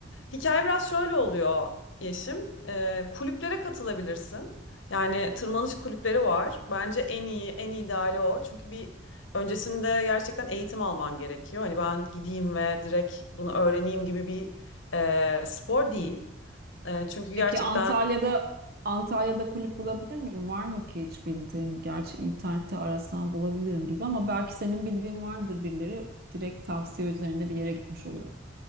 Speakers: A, on the left; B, on the right.
A: Hikaye biraz şöyle oluyor Yeşim. Ee, kulüplere katılabilirsin. Yani tırmanış kulüpleri var. Bence en iyi, en ideali o. Çünkü bir öncesinde gerçekten eğitim alman gerekiyor. Hani ben gideyim ve direkt bunu öğreneyim gibi bir e, spor değil. E, çünkü gerçekten...
B: Peki Antalya'da Antalya'da kulüp bulabilir miyim? Var mı ki hiç bildiğin? Gerçi internette arasam bulabilirim gibi ama belki senin bildiğin vardır birileri. Direkt tavsiye üzerine bir yere gitmiş olurum.